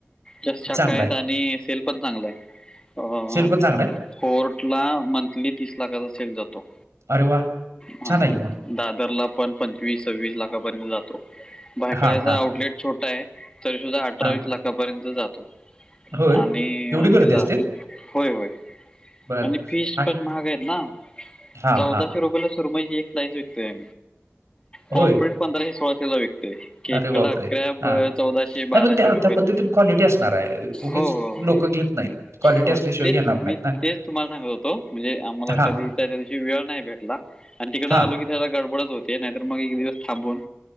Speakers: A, on the left; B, on the right.
A: जास्त शाखायेत
B: चांगला आहे
A: आणि सेल पण चांगलं आहे.
B: सेल पण चांगला आहे
A: कोर्ट ला मंथली तीस लाखाचा चेक जातो.
B: अरे वा
A: हा
B: छान आहे की मग.
A: दादरला पण पंचवीस सव्वीस लाखापर्यंत जातो भायकळ्याचा
B: हां, हां,
A: आउटलेट छोटा आहे. तरी सुद्धा अठरावीस
B: हां.
A: लाखापर्यंत जातो.
B: होय?
A: आणि
B: एवढी गर्दी
A: हेला
B: असते?
A: होय होय.
B: बरं
A: आणि फीस
B: आणि
A: पण महागा आहेत ना
B: हां,
A: चौदाशे
B: हां.
A: रुपययाला सुरमय हे एक स्लाईस विकतेय पॉमप्रेट
B: होय?
A: पंधराशे सोळाशेला विकतय. खेकडा
B: अरे बापरे!
A: कराॅब
B: हां.
A: चौदाशे
B: नाही
A: बाराशे
B: मग त्या
A: रुपयेला.
B: त्या <unintelligible> असणार आहे. उगीच
A: हो हो हो
B: लोकं घेत नाहीत. क्वालिटी
A: हो
B: असल्याशिवाय
A: तेच
B: घेणार नाहीत
A: मी
B: ना.
A: तेच तुम्हाला सांगत होतो म्हणजे आम्हाला
B: हां,
A: कधी च्या दिवशी वेळ नाही भेटला आणि तिकडे
B: हां,
A: आलो गडबडच होती नाहीतर मग एक दिवस थांबून